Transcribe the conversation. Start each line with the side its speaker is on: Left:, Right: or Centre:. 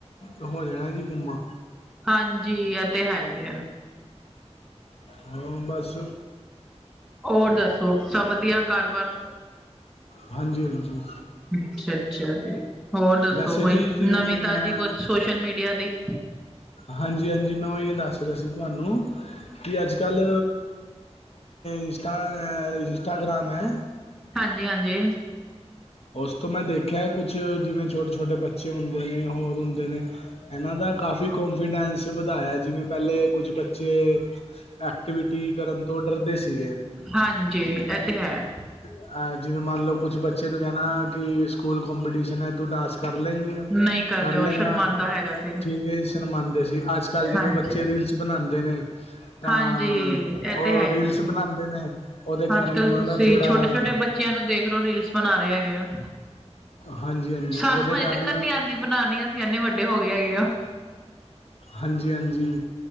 Left: ਹੋ ਜਾਣਾ ਜੀ ਗੁੰਮਾ
Centre: ਹਾਂਜੀ, ਇਹ ਤੇ ਹੈ ਹੀ ਆ।
Left: ਹਾਂ ਬਸ
Centre: ਹੋਰ ਦੱਸੋ ਸਭ ਵਧੀਆ ਘਰਬਾਰ?
Left: ਹਾਂਜੀ, ਹਾਂਜੀ,
Centre: ਅੱਛਾ, ਅੱਛਾ ਜੀ ਹੋਰ ਦੱਸੋ
Left: ਵੈਸੇ
Centre: ਕੋਈ
Left: ਜੀ ਜਿਵੇਂ
Centre: ਨਵੀਂ-ਤਾਜ਼ੀ
Left: ਮੈਂ
Centre: ਕੁਛ? ਸੋਸ਼ਲ ਮੀਡੀਆ ਦੀ
Left: ਹਾਂਜੀ, ਹਾਂਜੀ ਮੈਂ ਓਈ ਦੱਸ ਰਿਹਾ ਸੀ ਤੁਹਾਨੂੰ ਕਿ ਅੱਜ-ਕੱਲ ਇੰਸਟਾ ਇੰਸਟਾਗ੍ਰਾਮ ਐ
Centre: ਹਾਂਜੀ, ਹਾਂਜੀ,
Left: ਉਸ ਤੋਂ ਮੈਂ ਦੇਖਿਆ ਕੁਛ ਜਿਵੇਂ ਛੋਟੇ, ਛੋਟੇ ਬੱਚੇ ਹੁੰਦੇ ਨੇ ਹੋਰ ਹੁੰਦੇ ਨੇ ਇਹਨਾਂ ਦਾ ਕਾਫੀ ਕੋਂਨਫੀਡੈਂਸ ਵਧਾਇਆ ਜਿਵੇਂ ਪਹਿਲੇ ਕੁਝ ਬੱਚੇ ਐਕਟੀਵਿਟੀ ਕਰਨ ਤੋਂ ਡਰਦੇ ਸੀਗੇ।
Centre: ਹਾਂਜੀ, ਏਅ ਤੇ ਹੈ।
Left: ਤੇ ਅ ਜਿਵੇਂ ਮੰਨ ਲਓ ਕੁਛ ਬੱਚੇ ਰੋਜਾਨਾ ਕਿ ਸਕੂਲ ਕਪੀਟੀਸ਼ਨ ਐ ਤੂੰ ਡਾਂਸ ਕਰ ਲੈਂਗੀ, ਆ
Centre: ਨਹੀਂ ਕਰਦੇ
Left: ਕਰ
Centre: ਉਹ
Left: ਲੈਂਗਾ
Centre: ਸ਼ਰਮਾਂਦਾ ਹੈਗਾ ਸੀ
Left: ਠੀਕ ਸ਼ਨਮਾਦੇ ਸੀ ਅੱਛ ਅੱਜ-ਕੱਲ੍ਹ ਜਿਵੇਂ
Centre: ਹਾਂਜੀ
Left: ਬੱਚੇ ਰੀਲਸ ਬਣਾਦੇ ਨੇ ਤਾਂ
Centre: ਹਾਂਜੀ ਇਹ
Left: ਉਹ
Centre: ਤੇ ਹੈ ਹੀ
Left: ਰੀਲਸ
Centre: ਹੈ
Left: ਬਣਾਦੇ ਨੇ ਉਹਦੇ ਕਾਰਨ
Centre: ਅੱਜ ਕੱਲ
Left: ਉਹਨਾਂ
Centre: ਤੁਸੀਂ
Left: ਦਾ ਥੋੜ੍ਹਾ
Centre: ਛੋਟੇ ਛੋਟੇ ਬੱਚਿਆਂ ਨੂੰ ਦੇਖ ਲੋ ਰੀਲਸ ਬਣਾ ਰਿਹਾ ਹੈਗੇ ਆ।
Left: ਹਾਂਜੀ ਹਾਂਜੀ
Centre: ਸਾਨੂੰ
Left: ਉਹਦੇ
Centre: ਹਜੇ
Left: ਕਾਰਨ
Centre: ਤੱਕ ਨੀ ਆਂਦੀ ਹੈਗੀ। ਬਣਾਨੀ ਅਸੀਂ ਇਨੇ ਵੱਡੇ ਹੋ ਗਏ ਹੈਗੇ ਆ।
Left: ਹਾਂਜੀ, ਹਾਂਜੀ